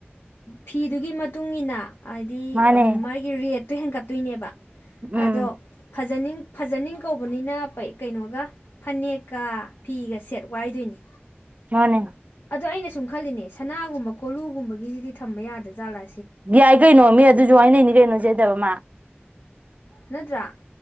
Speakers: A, on the left; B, on the right.
A: ꯐꯤꯗꯨꯒꯤ ꯃꯇꯨꯡ ꯏꯟꯅ ꯍꯥꯏꯗꯤ
B: ꯃꯥꯅꯦ
A: ꯃꯥꯒꯤ ꯔꯦꯠ ꯇꯨ ꯍꯦꯟꯒꯠꯇꯣꯏꯅꯦꯕ
B: ꯎꯝ
A: ꯑꯗꯣ ꯐꯖꯅꯤꯡ ꯐꯖꯅꯤꯡ ꯀꯧꯕꯅꯤꯅ ꯀꯩꯅꯣꯒ ꯐꯅꯦꯛꯀ ꯐꯤꯒ ꯁꯦꯠ ꯋꯥꯏꯗꯣꯏꯅꯤ
B: ꯃꯥꯅꯦ
A: ꯑꯗꯨꯗ ꯑꯩꯅ ꯁꯨꯝ ꯈꯜꯂꯤꯅꯦ ꯁꯅꯥꯒꯨꯝꯕ ꯀꯣꯂꯨꯒꯨꯝꯕꯒꯤꯁꯤꯗꯤ ꯊꯝꯕ ꯌꯥꯗ꯭ꯔ ꯥꯂꯥ
B: ꯌꯥꯏ ꯀꯩꯅꯣ ꯃꯤ ꯑꯗꯨꯁꯨ ꯋꯥꯅꯅꯤ ꯀꯩꯅꯣꯁꯦꯗꯕ ꯃꯥ
A: ꯅꯠꯇ꯭ꯔꯥ